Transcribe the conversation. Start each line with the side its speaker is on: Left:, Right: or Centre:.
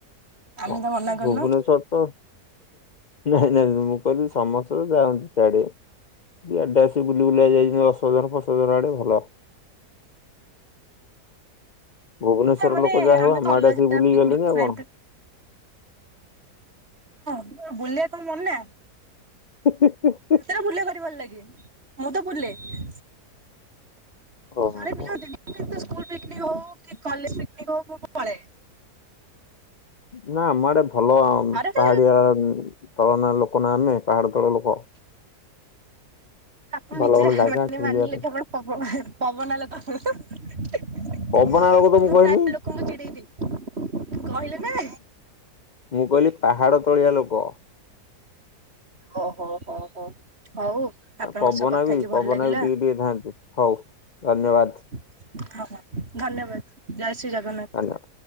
Right: ଆମେ
Left: ହଁ
Right: ତ ମନା କରିନୁ।
Left: ଭୁବନେଶ୍ଵର ତ ନାଇଁ ନାଇଁ ମୁଁ କହିଲି ସମସ୍ତେ ଦ ଯାଆନ୍ତି ସିଆଡେ ଇଆଡେ ଆସି ବୁଲି ବୁଲା ଯାଇଛନ୍ତି ଅସୋଧନ ପ୍ରସୋଧର ଆଡେ ଭଲ ଭୁବନେଶ୍ଵର
Right: ନା ମାନେ
Left: ଲୋକ ଯାହା
Right: ଆମେ
Left: ହଉ ଆମ
Right: ତ ଅଲଗା
Left: ଆଡେ ଆସିକି
Right: ଜାଗା
Left: ବୁଲି
Right: ପିକନିକ
Left: ଗଲେଣି ଆଉ
Right: ପାଇଁ
Left: କଣ
Right: ହଁ ବୁଲିବା କଣ ମନା।
Left: <inaudible>
Right: ସତରେ ବୁଲିବାକୁ ଭାରି ଭଲ ଲାଗେ ମୁଁ ତ ବୁଲେ <inaudible> ମୁଁ
Left: ଓହୋ।
Right: କିନ୍ତୁ ସ୍କୁଲ ପିକନିକ ହଉ କି କଲେଜ ପିକନିକ୍ ହଉ ମୁଁ ପଳେ।
Left: ନା ଆମ ଏଡେ ଭଲ
Right: ଘରେ ତ
Left: ପାହାଡିଆ ତଳ ନା ଲୋକ ନା ଆମେ ପାହାଡ ତଳ ଲୋକ।
Right: ଆପଣ
Left: ଭଲ
Right: ନିଜେ
Left: ଭଲ
Right: <unintelligible>
Left: ଜାଗା ଅଛି
Right: ମାନିଲେ
Left: ବୁଲିବା ପାଇଁ
Right: ତ ଆପଣ ପବ ଏ ହେଁ ପବନା ଲୋକ ହେଁ ହୁଁ। ମୁଁ
Left: ପବନା ଲୋକ ତ ମୁଁ କହିନି
Right: ପ୍ରାୟ ଲୋକଙ୍କୁ ଚିଡେଇ ଦିଏ। କହିଲେ ନା।
Left: ମୁଁ କଇଲି ପାହାଡ ତଳିଆ ଲୋକ।
Right: ଓ ହୋ ହୋ ହୋ ହଉ। ଆପଣଙ୍କ
Left: ଆ ପବନା
Right: ସହ କଥା
Left: ବି
Right: ହେଇକି ଭଲ
Left: ପବନା
Right: ଲାଗିଲା।
Left: ବି ଟିକେ ଟିକେ ଥାଆନ୍ତି ହଉ ଧନ୍ୟବାଦ।
Right: <unintelligible> ଧନ୍ୟବାଦ। ଜୟ ଶ୍ରୀ ଜଗନ୍ନାଥ।
Left: ଧନ୍ୟବାଦ।